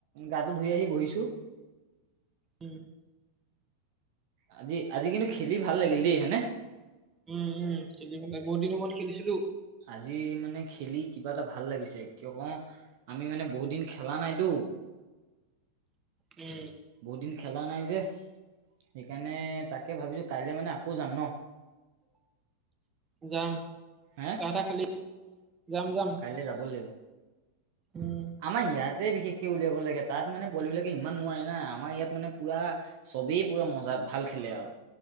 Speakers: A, on the right (about 50°); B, on the right (about 20°).
A: গাটো ধুই আহি বহিছো।
B: ওম।
A: আজি আজি কিন্তু খেলি ভাল লাগিল দেই হয় নে
B: উম উম খেলি মানে বহুত দিনৰ মোৰত খেলিছিলো
A: আজি মানে খেলি কিবা এটা ভাল লাগিছে কিয় বা আমি মানে বহুত দিন খেলা নাইতো
B: উম।
A: বহুত দিন খেলা নাই যে, সেইকাৰণে তাকে ভাবিছোঁ কাইলৈ মানে আকৌ যাম ন।
B: যাম।
A: হে
B: চাহ তাহ খালি? যাম যাম।
A: তে যাব লাগিব।
B: উম।
A: আমাৰ ইয়াতে বিশেষকে উলিয়াব লাগে, তাত মানে পোৱালি বিলাকে ইমান নোৱাৰে। মানে আমাৰ ইয়াত মানে পুৰা চবেই পুৰা মজা ভাল খেলে আও।